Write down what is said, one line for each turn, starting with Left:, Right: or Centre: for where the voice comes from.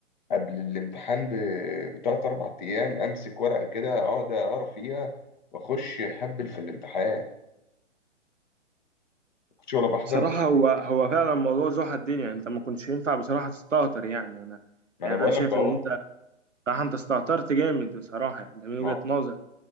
Left: قبل الامتحان ب- بتلات أربع أيام أمسك ورقة كده أقعد أقرا فيها وأخش أهبل في الامتحان ما كنتش ولا بحضر
Right: بصراحه
Left: محاضرات
Right: هو هو فعلا موضوع زوحة الدنيا انت ما كنتش ينفع بصراحه تستهتر يعني انا
Left: ما
Right: يعني
Left: أنا بقول
Right: انا شايف
Left: لك أهو
Right: ان انت بصراحه انت استهترت جامد بصراحه يعني ده من
Left: ما
Right: وجهه نظري